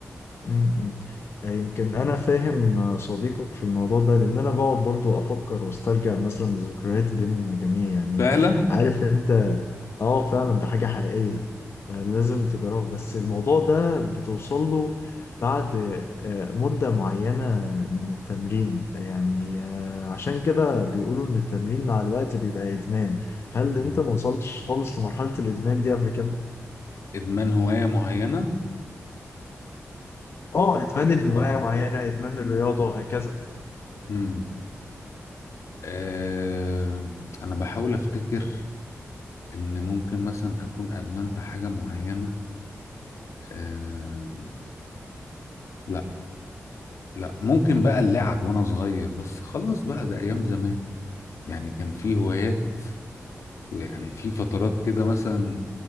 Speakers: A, on the left; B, on the left.
A: مم. مم. آه، يمكن انا فاهم آه، صديقك في الموضوع ده لان انا بقعد برضو افكر واسترجع مثلا ذكريات بين المجاميع يعني
B: فعلا
A: عارف انت اه فعلا ده حاجة حقيقية آه، لازم تجربه بس الموضوع ده بتوصل له بعد آه، مدة معينة من التمرين يعني آه، عشان كده بيقولوا إن التمرين مع الوقت بيبقى إدمان هل
B: مم.
A: أنت ما وصلتش خالص لمرحلة الإدمان دي قبل كده؟
B: إدمان هواية معينة
A: آه إدمان الهواية
B: ولا
A: معينة إدمان الرياضة وهكذا
B: مم. آه أنا بحاول أفتكر إن ممكن مثلا أكون أدمنت حاجة معينة آه لا لا ممكن بقى اللعب وأنا صغير بس خلاص بقى ده أيام زمان يعني كان في هوايات يعني في فترات كده مثلا